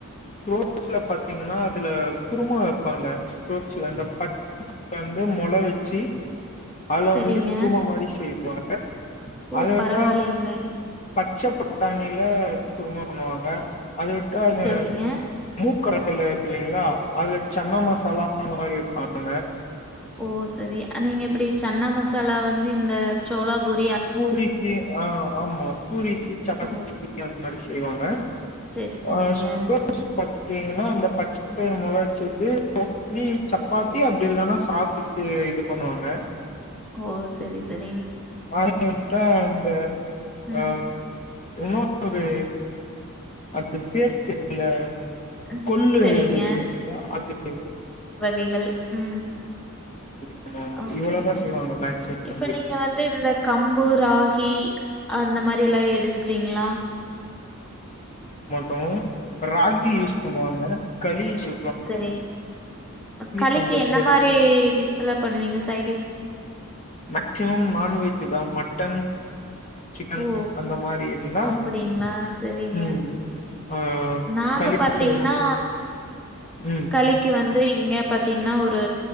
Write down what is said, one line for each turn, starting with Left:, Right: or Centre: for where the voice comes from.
Left: ஃப்ரூட்ஸ் பாத்தீங்கன்னா அதுல குருமா வெப்பாங்க ஃப்ரூட்ஸ் ல இந்த பட்ட வந்து மொலொ வச் சி அதுல
Centre: சரிங்க.
Left: வந்து குருமா மாரி செய்யு <unintelligible>
Centre: ஓ!
Left: அதவிட்டா
Centre: பரவாயில்லைங்களே!
Left: பச்ச ப பட்டாணில குருமா பண்ணுவாங்க அது விட்டா அங்க
Centre: சரிங்க.
Left: மூக்கடல இருக்கு இல்லைங்களா அதுல சன்னா மசாலா அந்த மாரி பண்ணுங்க
Centre: ஓ சரி அ நீங்க எப்டி சன்னா மசாலா வந்து இந்த ஜோளாபூரி
Left: பூரிக்கு ஆ ஆமா பூரிக்கி சப்பாத்திக்கி
Centre: ஓ!
Left: அந்த மாரி செய்வாங்க
Centre: சரி, சரிங்க.
Left: ஆ <inaudible> பாத்தீங்கன்னா அந்த பச்ச பயிறு மொ <inaudible> ஒன்லி சப்பாத்தி அப்டி இல்லன்னா சாததுக்கு இது பண்ணுவாங்க
Centre: ஓ சரி சரி
Left: அத விட்டா அண்டு
Centre: ம்.
Left: ஆ இன்னொன்னு ஒரு அந்த பேரு தெரியில
Centre: ம்.
Left: கொல்லு
Centre: சரிங்க.
Left: <unintelligible> அதுக்கு
Centre: கைகள் ம்
Left: பண்ணுவாங்க
Centre: ஓக்கேங்க
Left: இவ்வளவுதான் செய்வாங்க மேக்சிமம்
Centre: இப்ப
Left: வீட்ல
Centre: நீங்க வந்து இந்த கம்பு ராகி அந்த மாரி யெல்லா எடுத்துக்குவிங்ளா
Left: டோ ராகி யூஸ் பண்ணுவாங்க களி சொ
Centre: சரி களிக்கு
Left: கம்பல்சரி
Centre: என்ன மாரி டிஸ் எல்லா பண்ணுவீங்க சைடிஸ்
Left: மெக்ட்சிமம் நான்வெஜ் தா மட்டன் சிக்கன்
Centre: ஓ
Left: அந்த மாரி இருந்தா
Centre: அப்டிங்களா சரிங்க
Left: உம் ஆ
Centre: நாங்க
Left: களி
Centre: பாத்தீங்ன்னா
Left: செய்வாங்க ம்
Centre: களிக்கு வந்து இங்க பாத்தீங்ன்னா ஒரு